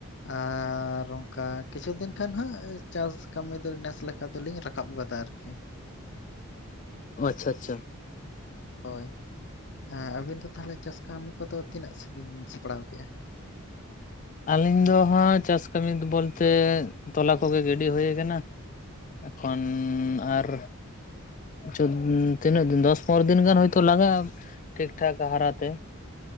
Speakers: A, on the left (about 55°); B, on the left (about 35°).
A: ᱟᱨ ᱚᱱᱠᱟ ᱠᱤᱪᱷᱩ ᱫᱤᱱ ᱠᱷᱟᱱ ᱦᱟᱜ ᱪᱟᱥ ᱠᱟᱢᱤ ᱫᱚ ᱱᱮᱥ ᱞᱮᱠ ᱠᱟ ᱫᱚᱞᱤᱧ ᱨᱟᱠᱟᱵ ᱟᱠᱟᱫᱟ ᱟᱨᱠᱤ᱾
B: ᱟᱪᱪᱷᱟ ᱟᱪᱪᱷᱟ
A: ᱦᱳᱭ ᱟᱹᱵᱤᱱ ᱫᱚ ᱛᱟᱦᱚᱞᱮ ᱪᱟᱥ ᱠᱟᱹᱢᱤ ᱠᱚᱫᱚ ᱛᱤᱱᱟᱹᱜ ᱥᱟᱺᱜᱤᱧ ᱵᱤᱱ ᱥᱟᱯᱲᱟᱣ ᱠᱮᱜᱼᱟ?
B: ᱟᱹᱞᱤᱧ ᱫᱚ ᱦᱟᱸᱜ ᱪᱟᱥ ᱠᱟᱹᱢᱤ ᱵᱚᱞᱛᱮ ᱛᱚᱞᱟ ᱠᱚᱜᱮ ᱜᱤᱰᱤ ᱦᱩᱭ ᱟᱠᱱᱟ᱾ ᱮᱠᱷᱚᱱᱻ ᱟᱨ ᱪᱳᱫ ᱛᱤᱱᱟᱹᱜ ᱫᱤᱱ ᱫᱚᱥ ᱯᱚᱱᱨᱚ ᱫᱤᱱ ᱜᱟᱱ ᱦᱳᱭᱛᱳ ᱞᱟᱜᱟᱜᱼᱟ ᱴᱷᱤᱠ ᱴᱷᱟᱠ ᱦᱟᱨᱟᱛᱮ ᱾